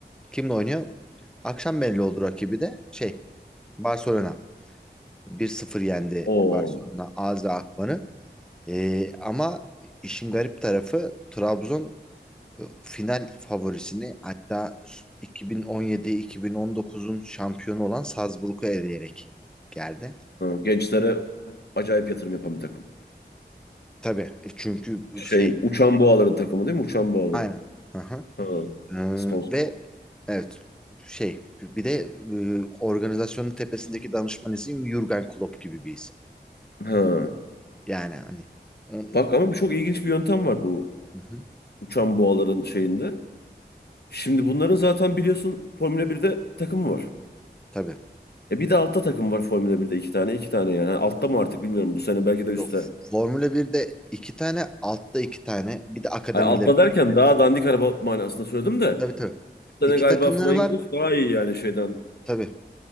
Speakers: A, in the centre; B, on the left.
A: Kimle oynuyor? Akşam belli oldu rakibi de şey Barcelona. Bir sıfır yendi
B: O
A: Barcelona Azra Akman'ı. Ee, ama işin garip tarafı Trabzon e, final favorisini hatta 2017-2019'un şampiyonu olan Salzburg'u eleyerek geldi.
B: gençlere acayip yatırım yapan bir takım.
A: Tabii e, çünkü
B: Şeyin
A: şey
B: Uçan Boğaların takımı değil mi? Uçan Boğaların.
A: aynen. Hı hı.
B: Ha.
A: Ee,
B: Sponsor.
A: ve evet şey bir de e, organizasyonun tepesindeki danışman isim Jürgen Klopp gibi bir isim.
B: Ha.
A: Yani hani o-
B: Bak ama bu çok ilginç bir yöntem var bu
A: hı hı,
B: Uçan Boğaların şeyinde. Şimdi bunların zaten biliyorsun Formula 1'de takımı var.
A: tabii.
B: E bir de altta takım var Formula 1'de iki tane iki tane yani. Yani altta mı artık bilmiyorum bu sene belki de üstte.
A: Yok. Formula 1'de iki tane, altta iki tane, bir de akademileri
B: Ay, altta derken daha dandik araba manasında söyledim de.
A: Tabii tabii.
B: Bu
A: İki
B: sene galiba
A: takımları
B: Flying
A: var.
B: Cross daha iyi yani şeyden.
A: Tabii.